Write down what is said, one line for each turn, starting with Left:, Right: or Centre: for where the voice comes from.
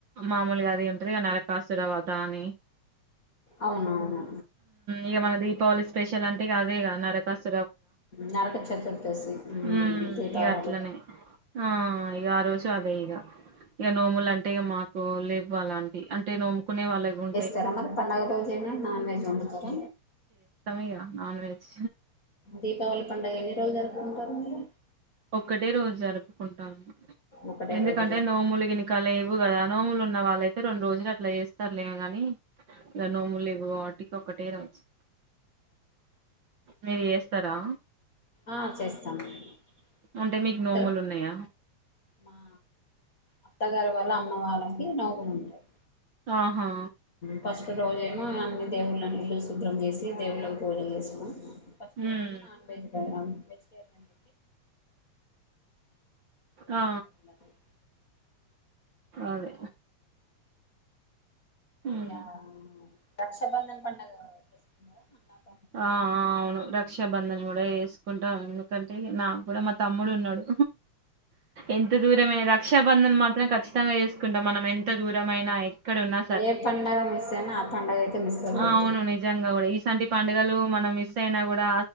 Right: మామూలుగా అది ఏదో ఉంటది కదా నరకాసుర వదా అని
Left: అవునవును
Right: ఇక మన దీపావళి స్పెషల్ అంటే అదే గా నరకాసు
Left: నరక చతుర్దశి
Right: మ్మ్
Left: దీపావళి
Right: ఇగ అట్లనే ఆ ఇక ఆ రోజు అదే ఇక ఇక నోములు అంటే ఇక మాకు లేవు అలాంటి అంటే నోముకునే వాళ్ళగా ఉ
Left: జరమత్ పండగ రోజైనా నాన్ వెెజ్ వండుతర
Right: ఈగ నాన్ వెజ్
Left: దీపావళి పండుగ ఎన్ని రోజులు జరుపుకుంటారు మీరు
Right: ఒక్కటే రోజు జరుపు జరుపుకుంటాం
Left: ఒకటే
Right: ఎందుకంటే
Left: రోజు జరుపుకుంటారు
Right: నోములిగినక లే ఇవు కదా నోములు ఉన్న వాళ్ళయితే రెండు రోజులు అట్లా చేస్తారులేము కాని ఇలా నోములు ఇవు వాటికి ఒకటే రోజు మీరు చేస్తారా
Left: ఆ చేస్తాను రెండు
Right: అంటే
Left: రోజులు
Right: మీకు నోములు
Left: జరుపుత,
Right: ఉన్నాయా
Left: మా అత్తగారి వల్ల అమ్న్న వాళ్ళకి నౌకలు ఉంటాయి.
Right: ఆహా
Left: ఫస్ట్ రోజేమో అన్నీ దేవుళ్ళని ఇడ్లు శుభ్రం చేసి దేవుళ్ళకి పూజలు చేసుకుని పస్తల్
Right: ఉమ్
Left: ఏమోన నాన్ వెజ, వెజిటేయన్
Right: ఆ
Left: <inaudible> <inaudible>
Right: అదే ఉమ్
Left: ఆ రక్షాబంధన్ పండగ చేసుకున్నారా అ
Right: ఆ అవును రక్షా బంధన కూడా కుంటా ఎందుకంటే నా కూడా మా తమ్ముడు ఉన్నాడు, ఎంత దూరమైనా రక్షా బంధనం మాత్రం ఖచ్చితంగా చేసుకుంటాం, మనం ఎంత దూరమైనా ఎక్కడున్నా
Left: ఏ పండగ మిస్నా ఆ పండగ మిస్ అవ్వద్దు
Right: ఆ అవునువుని జంగా కూడా సంటి పండుగలు మనం మిస్ అయినా కూడా